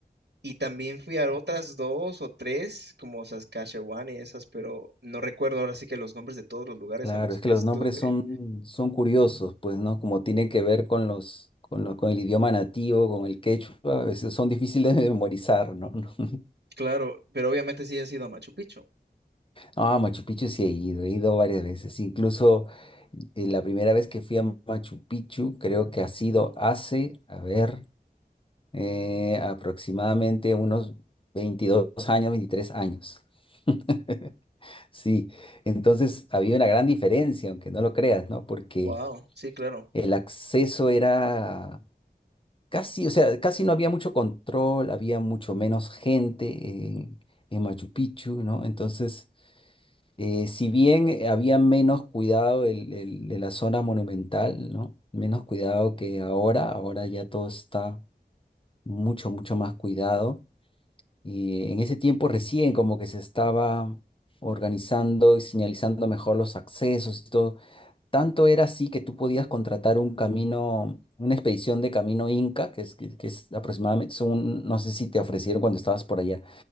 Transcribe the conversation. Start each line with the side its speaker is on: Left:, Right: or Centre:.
Right: Y también fui a otras dos o tres, como Saskatchewan y esas, pero no recuerdo ahora sí que los nombres de todos los lugares
Left: Claro,
Right: a los
Left: es
Right: que
Left: que los
Right: estuve.
Left: nombres son, son curiosos, pues, ¿no? Como tienen que ver con los, con lo- con el idioma nativo, con el quechua, a veces son difíciles de memorizar, ¿no? <laughs>
Right: Claro, pero obviamente sí has ido a Machu Picchu.
Left: Ah, Machu Picchu sí he ido, he ido varias veces. Incluso eh, la primera vez que fui a Machu Picchu, creo que ha sido hace, a ver, eh, aproximadamente unos 22 años, 23 años. <laughs> Sí, entonces había una gran diferencia, aunque no lo creas, ¿no? Porque
Right: Wow, sí, claro.
Left: el acceso era Casi, o sea, casi no había mucho control, había mucho menos gente en, en Machu Picchu, ¿no? Entonces, eh, si bien eh, había menos cuidado el- el- de la zona monumental, ¿no? Menos cuidado que ahora, ahora ya todo está mucho, mucho más cuidado. Y en ese tiempo recién como que se estaba organizando y señalizando mejor los accesos y todo. Tanto era así que tú podías contratar un camino, una expedición de camino Inca, que es, que, que es aproximadamente, son, no sé si te ofrecieron cuando estabas por allá,